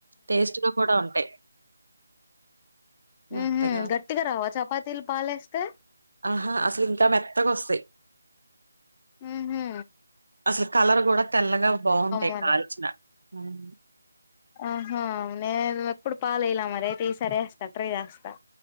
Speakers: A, on the right (about 80°); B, on the left (about 20°).
A: టేస్ట్ గా కూడా ఉంటాయి మెత్తగా
B: ఉంహు గట్టిగా రావా చపాతీలు పాలేస్తే
A: ఆహా అసలు ఇంకా మెత్తగోస్తాయ్
B: ఉంహు
A: అసలు కాలర్ గుడ తెల్లగా బాగుంటాయి
B: మరి
A: కాల్చిన అవును
B: ఆహా నేను ఎప్పుడు పాలైల మరి అయితే ఈ సారి వేస్తా ట్రై చేస్తా